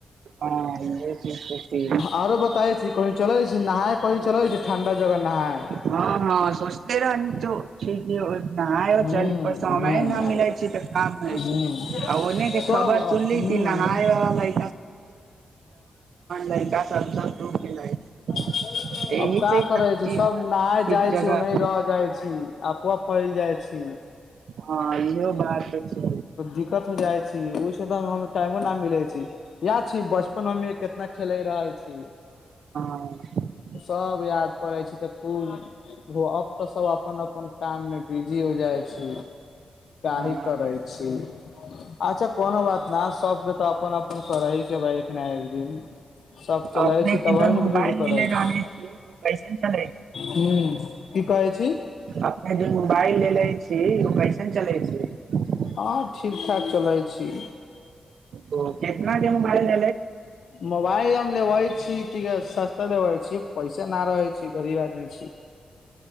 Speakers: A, on the right; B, on the left.
A: हँ इहे
B: आरो बताय छी कही चलै छी नहाय कही चलैइ छी ठंडा जगह नहाय
A: हँ हँ सोचने रहनी तो से कियो नहाय
B: हूं
A: चलतो समय
B: हूं
A: नइ मिलय छै ई त काममे रहैय
B: हूं
A: छै आ ओने
B: सब
A: के खबर
B: हूं
A: सुनली की नहाय
B: हूं
A: वाला लड़का <unintelligible>
B: अब
A: एहि
B: का
A: से
B: करे
A: हर
B: छि
A: चीज
B: सब
A: ठीक
B: नहााय जाइ
A: जगह
B: छी ओनाह रह जाइ छी अफओ फैल जाइ छी
A: हँ इहो बात छै
B: दिक्कत हो जाइ छै ओ इघर मे टाइमो न मिलै छै यएह छी बचपन मे हमे कितना खेले रहे छी <inaudible>
A: हँ
B: सब याद परै छै तऽ खुब अब त सब अपन अपन काम मे बिजी हो जाय छी काही
A: हँ
B: करै छी अच्छा कोनो बात ना सब सबके त अपन अपन करै ही के ब एक न एक दिन सब चलै
A: अपने
B: छी
A: के
B: तबी
A: जन
B: ने
A: मोबाइल
B: बुझु जे करै
A: लेले
B: छी
A: रहले छियै तऽ ओ कैसन चलै
B: हूँ की कहै छी
A: अपन जे मोबाइल लेे लेले छी ओ कैसन चलै छै
B: ह ठीक ठाक चलै छी
A: ओ केितना दिन बारेमे
B: मोबाइल हम लेबै छी सस्ता लेबै छी पैसा न रहै छी गरीब आदमी छी